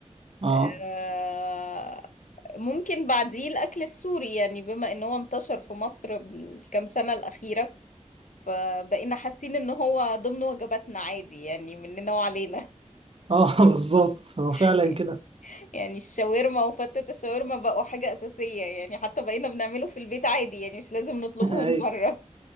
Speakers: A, on the right; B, on the left.
A: اه
B: آه، ممكن بعديه الاكل السوري يعني بما ان هو انتشر في مصر بالكام سنة الأخيرة فبقينا حاسين ان هو ضمن وجباتنا عادي يعني مننا وعلينا
A: اه <laughs> بالظبط هو فعلا
B: <laughs>
A: كده
B: يعني الشاورما وفتة الشاورما بقوا حاجة أساسية يعني حتى بقينا بنعمله في البيت عادي يعني مش لازم نطلبه
A: <laughs>
B: من
A: ايوه
B: بره